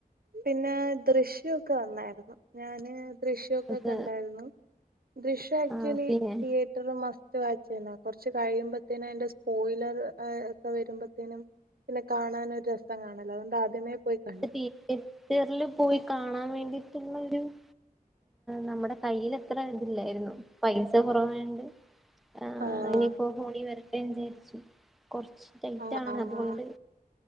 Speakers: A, on the right; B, in the centre.
A: പിന്നെ ദൃശ്യം ഒക്കെ വന്നായിരുന്നു ഞാന് ദൃശ്യൊക്കെ
B: അത്
A: കണ്ടായിരുന്നു ദൃശ്യ ആക്ച്വലി
B: ആ പിന്നെ
A: തിയേറ്ററില് മസ് <unintelligible> കൊർച്ച് കഴിയുമ്പത്തിന് അതിന്റെ സ്പോയിലർ ഒക്കെ വരുമ്പേത്തിനും പിന്നെ കാണാൻ ഒരു രസം കാണില്ല അതുകൊണ്ട് ആദ്യമേ പോയി കണ്ടു
B: തിയേറ്ററില് പോയി കാണാൻ വേണ്ടി <unintelligible> നമ്മുടെ കയ്യിൽ ഇത്ര ഇതില്ലായിരുന്നു പൈസ കുറവണ്ട് ആ
A: ആഹ്
B: ഇനിപ്പോ കൂടി വരട്ടെ എന്ന് വിചാരിച്ചു കൊറച്ച് ടൈറ്റാണ്
A: ആഹ് ആഹ്
B: അതുകൊണ്ട്